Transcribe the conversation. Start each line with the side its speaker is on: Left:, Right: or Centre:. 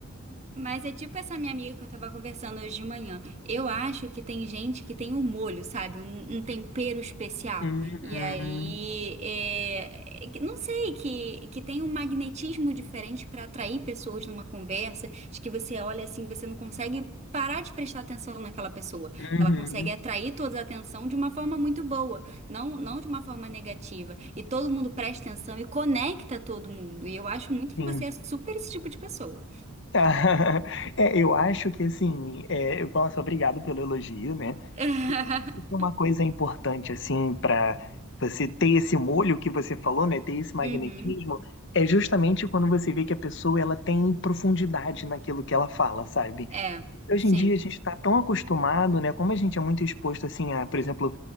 Right: Mas é tipo essa minha amiga que eu tava conversando hoje de manhã. Eu acho que tem gente que tem um molho, sabe? Um, um tempero especial.
Left: Uhum,
Right: E aí, é, é que- não sei, que, que tem um magnetismo diferente pra atrair pessoas numa conversa, de que você olha assim, você não consegue parar de prestar atenção naquela pessoa. Que
Left: uhum,
Right: ela consegue atrair toda a atenção de uma forma muito boa, não, não de uma forma negativa. E todo mundo presta atenção e conecta todo mundo. E eu acho muito
Left: sim.
Right: que você é super esse tipo de pessoa.
Left: <laughs> É, eu acho que assim, é, eu- nossa, obrigado pelo elogio, né?
Right: <laughs>
Left: Eu acho que uma coisa importante assim para você ter esse molho que você falou, né, ter esse magnetismo,
Right: Uhum.
Left: é justamente quando você vê que a pessoa ela tem profundidade naquilo que ela fala, sabe?
Right: É,
Left: Hoje
Right: sim.
Left: em dia a gente está tão acostumado, né? Como a gente é muito exposto assim a, por exemplo,